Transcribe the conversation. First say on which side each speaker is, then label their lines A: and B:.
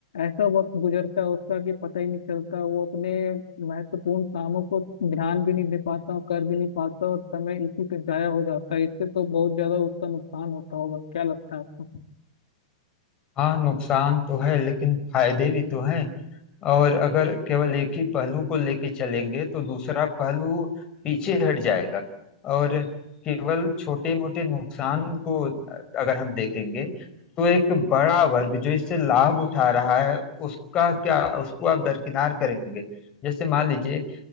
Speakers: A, on the left; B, on the left.
A: ऐसा वक्त गुजरता है उसका कि पता ही नहीं चलता वो अपने महत्वपूर्ण कामों को ध्यान भी नहीं दे पाता हूँ कर भी नहीं पाता और समय इसी पे जाया हो जाता है इससे तो बहुत ज्यादा उसका नुकसान होता होगा क्या लगता है आपको?
B: हाँ नुकसान तो है लेकिन फायदे भी तो हैं और अगर केवल एक ही पहलू को लेके चलेंगे तो दूसरा पहलू पीछे हट जाएगा और केवल छोटे मोटे नुकसान को अगर हम देखेंगे तो एक बड़ा वर्ग जो इससे लाभ उठा रहा है उसका क्या उसको आप दरकिनार करेंगे जैसे मान लीजिए